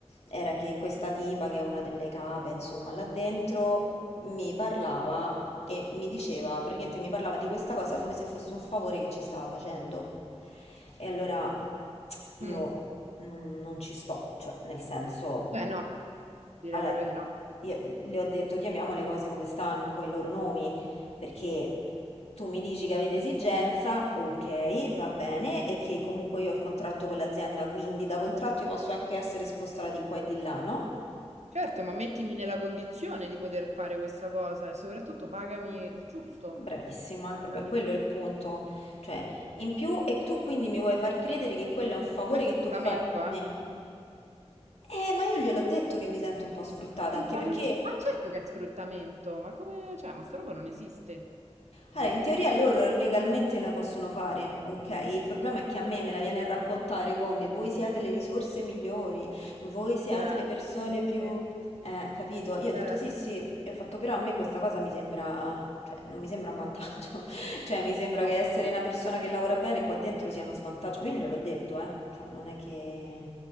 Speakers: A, on the left (about 70°); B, on the right (about 80°).
A: era che
B: Mm.
A: questa tipa, che è una delle cape, insomma, là dentro, mi parlava e mi diceva, praticamente mi parlava di questa cosa come se fosse un favore che ci stava facendo. E allora io
B: Mm.
A: non non ci sto, cioè nel senso...
B: Beh, no, direi
A: Allora,
B: proprio di no.
A: io le ho detto chiamiamo le cose come stanno, con i loro nomi, perché tu mi dici che avete esigenza, ok, va bene, e che comunque io ho il contratto con l'azienda, quindi da contratto io posso anche essere spostata di qua e di là, no?
B: Certo, ma mettimi nella condizione di poter fare questa cosa e soprattutto pagami il giusto.
A: Bravissima, è proprio
B: Non
A: quello il punto. Cioè, in più, e tu quindi mi vuoi far credere che quello è un favore
B: è sfruttamento,
A: che tu fai a me?
B: eh?
A: Eh, ma io gliel'ho detto che mi sento un po' sfruttata,
B: Sfruttamento.
A: anche perché...
B: Ma certo che è sfruttamento, ma come, cioè, ma sta roba non esiste. Boh.
A: Allora, in teoria loro legalmente la possono fare, ok? Il problema
B: Mm.
A: è che a me me la viene a raccontare come voi siete le risorse migliori, voi siete
B: Eh,
A: le persone
B: sì,
A: più...
B: sì,
A: Eh, capito? Io ho
B: certo.
A: detto sì, sì, e ho fatto però a me questa cosa mi sembra, cioè non mi sembra un vantaggio, <laughs> cioè mi sembra
B: No.
A: che essere
B: <laughs>
A: una persona che lavora bene qua dentro sia uno svantaggio, ma io gliel'ho detto, eh, cioè non è che,